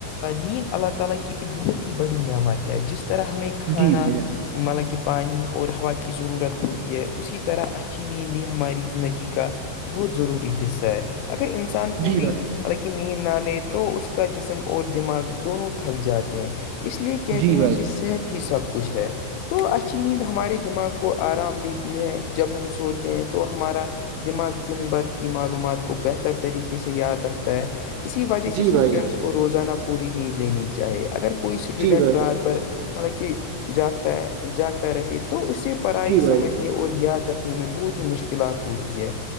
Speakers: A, on the left (about 85°); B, on the right (about 90°).
A: نیند اللہ تعالی کی بہت ہی بڑی نعمت ہے جس طرح ہمیں کھانا
B: جی بھائی جان
A: ایک ایک لیٹا مطلب کہ پانی اور ہوا کی ضرورت ہوتی ہے اسی طرح اچھی نیند بھی ہماری زندگی کا بہت ضروری حصہ ہے اگر انسان پوری
B: جی بھائی
A: لکن نیند نہ لے تو اس کا جسم اور دماغ دونوں تھک جاتے ہیں اس لیے کہتے
B: جی
A: ہیں
B: بھائی
A: کہ صحت ہی سب کچھ ہے تو اچیند ہمارے دماغ کو آرام دیتی ہے جب ہم سوتے ہیں تو ہمارا دماغ دن بھر کی معلومات کو بہتر طریقے سے یاد رکھتا ہے اسی وجہ سے
B: جی
A: اسٹوڈینٹس
B: بھائی جان
A: کو روزانہ پوری نیند لینی چاہیے اگر کوئی اسٹوڈینٹ
B: جی بھائی
A: رات
B: جان
A: بھر مطلب کہ جاگتا ہے جاگتا رہے تو اسے پڑھائی
B: جی بھائی
A: سمجھ
B: جان
A: اور یاد رکھنے میں بہت ہی مشکلات ہوتی ہے